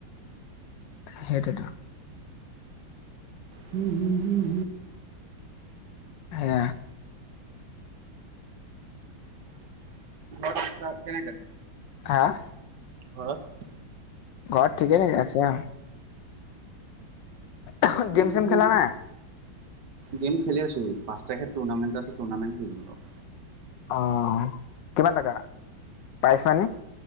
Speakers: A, on the left; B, on the right.
A: সেইটোয়েতো।
B: হুম, হুম
A: <unintelligible>
B: <unintelligible> কেনেকে?
A: হাঁ
B: ঘৰত
A: ঘৰত ঠিকেই থিকে আছা অ'
B: ঘৰত
A: গেম চেম খেলা নাই
B: গেম খেলি আছো পাঁচটা সেই টুৰ্ণামেণ্ট আছে টুৰ্ণামেণ্ট খেলিম ৰ
A: অ', কিমান টকা প্ৰাইজ মানি